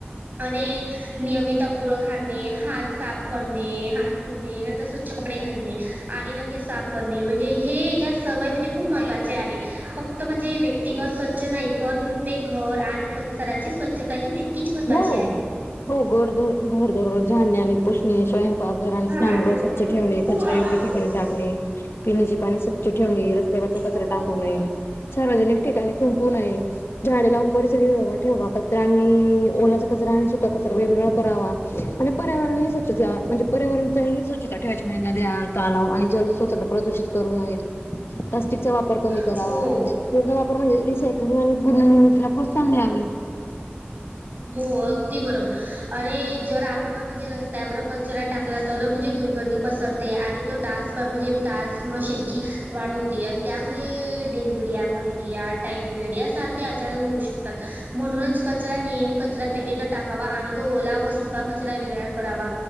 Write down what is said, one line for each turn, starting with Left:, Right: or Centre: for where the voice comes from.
Right: आणि नियमित अंघोळ घालणे, हात साफ करणे. हा. धुणे. स्वच्छ कपडे घालणे. आणि नखे साफ करणे. म्हणजे हे या सवय म्हणजे, खूप महत्त्वाचे आहे. फक्त म्हणजे व्यक्तिगत स्वच्छ नाही पण ते घर आणि परिसराची स्वच्छता ही तितकीच महत्वाची
Left: हो
Right: आहे.
Left: हो. घर दररोज-घर दररोज झाडणे, आणि पुसणे स्वयंपाक घर आणि
Right: ना
Left: स्नानगृह
Right: नाचवली
Left: स्वच्छ
Right: नाही होती.
Left: ठेवने, कचरा योग्य ठिकाणी टाकणे. पिण्याची पाणी स्वच्छ ठेवणे. रस्त्यावरचा कचरा
Right: हो पोहोचला
Left: टाकू नये.
Right: ना.
Left: सार्वजनिक ठिकाणी थुंकू नये, झाडे लावून परिसरी <unintelligible> ठेवा कचरा आणि ओलाचा कचरा आणि सुका कचरा वेगवेगळा करावा. आणि पर्यावरण स्वच्छता म्हणजे पर्यावरण स्वच्छता ठेवायची म्हणा नद्या तलाव आणि जल स्वतंत्र प्रदूषित करू नये. प्लास्टिकचा वापर कमी करावा.
Right: हो.
Left: पूर्ण वापर म्हणजे रिसायकलिंग आणि पूर्ण <unintelligible> प्रोत्साहन द्यावे.
Right: हो अगदी बरोबर. आणि जर आपण म्हणजे त्यावर कचरा टाकला तर म्हणजे दुर्गंधी पसरते आणि तो डास म्हणजे डास माशांची वाढ होते त्यामुळे डेंगरिया मलेरिया टायफाईड यासारख्या आजार होऊ शकतात. म्हणून च कचरा नेहमी कचरा पेटीतच टाकावा आणि तो ओला व सुका कचरा वेगळा करावा.